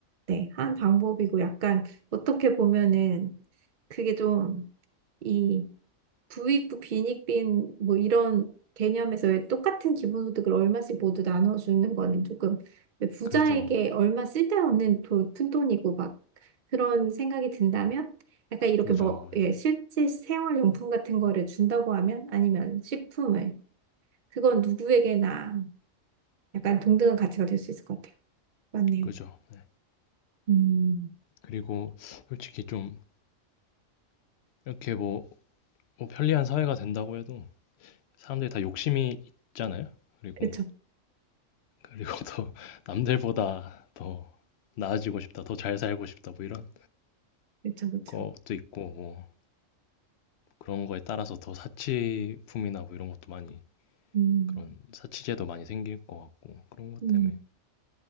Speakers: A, on the right; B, on the left.
A: 네, 한 방법이고 약간 어떻게 보면은 그게 좀 이 부익부 빈익빈 뭐 이런 개념에서 왜 똑같은 기본소득을 얼마씩 모두 나눠주는 거는 조금 왜 부자에게
B: 그죠,
A: 얼마 쓸데없는 돈, 푼돈이고 막 그런 생각이 든다면 약간 이렇게
B: 그죠,
A: 뭐
B: 그죠.
A: 예, 실제 생활용품 같은 거를 준다고 하면 아니면 식품을 그건 누구에게나 약간 동등한 가치가 될 수 있을 것 같아요. 맞네요.
B: 그죠. 네.
A: 음,
B: 그리고 솔직히 좀 이렇게 뭐, 뭐 편리한 사회가 된다고 해도 사람들이 다 욕심이 있잖아요. 그리고,
A: 그쵸,
B: 그리고 <laughs> 더 남들보다 더 나아지고 싶다, 더 잘 살고 싶다, 뭐 이런
A: 그쵸, 그쵸.
B: 것도 있고, 뭐 그런 거에 따라서 더 사치품이나 뭐 이런 것도 많이,
A: 음,
B: 그런 사치제도 많이 생길 것 같고, 그런 것
A: 음.
B: 때문에.